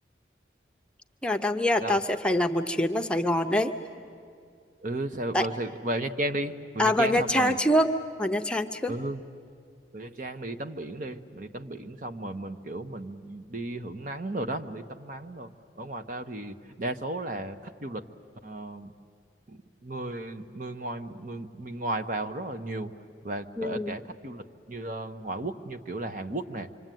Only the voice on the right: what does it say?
Sao?
Ừ sao
vào, Sài- vào Nha Trang đi. Vào
Nha
Trang
xong
rồi
ừ Về Nha Trang mình đi tắm biển đi mình đi tắm biển xong rồi mình kiểu mình đi hưởng nắng rồi đó mình đi tắm nắng rồi ở ngoài tao thì đa số là khách du lịch ờ, người người ngoài người miền ngoài vào rất là nhiều và
kể cả khách du lịch như ờ, ngoại quốc như kiểu là Hàn Quốc nè